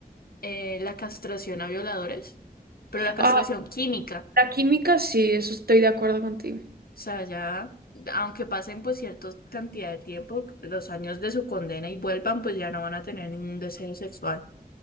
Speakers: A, on the left; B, on the right.
A: eh, la castración a violadores, pero la castración
B: Ah,
A: química, o
B: la química, sí, eso estoy de acuerdo contigo.
A: sea, ya, aunque pasen pues cierta cantidad de tiempo, los años de su condena y vuelvan, pues ya no van a tener ningún deseo sexual.